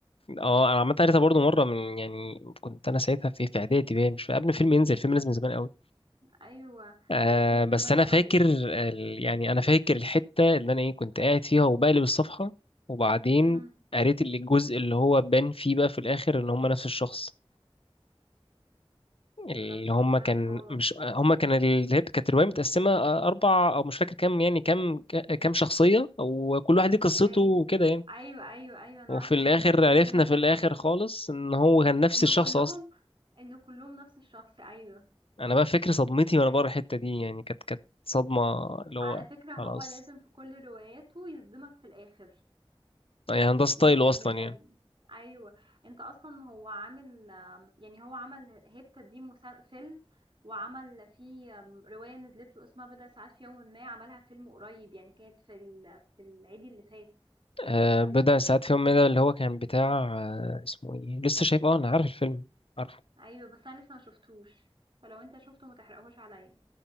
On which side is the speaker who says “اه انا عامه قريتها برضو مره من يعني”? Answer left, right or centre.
Left